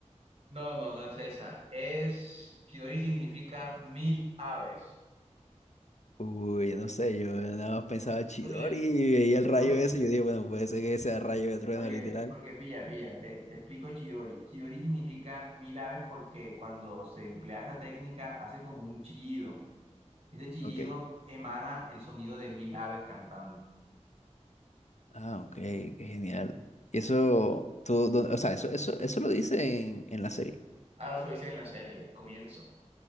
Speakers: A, on the right; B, on the left.
A: No, no, no es esa. Es, Kidori significa mil aves.
B: Uy, no sé, yo nada más pensaba Chidori
A: Porque,
B: y veía el rayo
A: porque,
B: ese. Yo dije, bueno, puede ser que sea rayo de trueno,
A: porque,
B: literal.
A: porque, pilla, pilla, te, te explico Chidori. Chidori significa mil aves porque cuando se emplea esa técnica hace como un chillido. Ese chillido
B: Ok.
A: emana el sonido de mil aves cantando.
B: Ah, ok, qué genial. Y eso, todo, o sea, eso, eso, eso lo dice en, en la serie.
A: Ahora lo dicen en la serie, al comienzo.